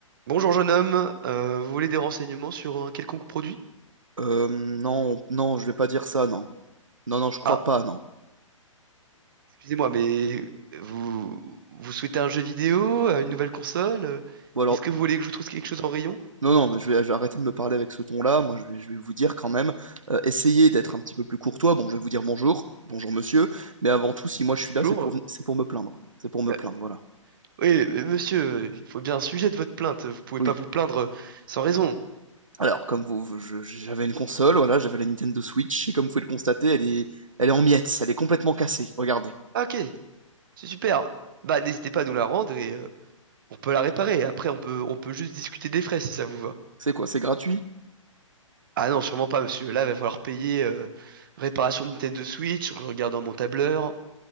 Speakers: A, on the right; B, on the right.
A: Bonjour jeune homme, Euh, vous voulez des renseignements sur un quelconque produit?
B: Euh, non, non, je vais pas dire ça, non. Non, non, je crois
A: Ah,
B: pas, non.
A: excusez-moi, mais vous vous souhaitez un jeu vidéo, euh, une nouvelle console? euh,
B: Ou alors,
A: Est-ce que vous voulez que je vous trouve quelque chose en rayon?
B: non, non, mais je vais, je vais arrêter de me parler avec ce ton-là. Moi, je vais, je vais vous dire quand même, euh, essayez d'être un petit peu plus courtois. Bon, je vais vous dire bonjour, bonjour monsieur, mais avant tout, si moi je suis là,
A: Bonjour.
B: c'est pour, c'est pour me plaindre. C'est pour me
A: Euh,
B: plaindre, voilà.
A: oui, mais monsieur, euh, il faut bien un sujet de votre plainte. Vous pouvez
B: Oui.
A: pas vous plaindre euh, sans raison.
B: Alors, comme vous, vous- je- j'avais une console, voilà, j'avais la Nintendo Switch, et comme vous pouvez le constater, elle est, elle est en miettes, elle est complètement cassée. Regardez.
A: Ah, ok, c'est super. Bah n'hésitez pas à nous la rendre et euh, on peut la réparer. Après, on peut on peut juste discuter des frais si ça vous va.
B: C'est quoi, c'est gratuit?
A: Ah non, sûrement pas, monsieur. Là, il va falloir payer euh, réparation de Nintendo Switch. Je regarde dans mon tableur.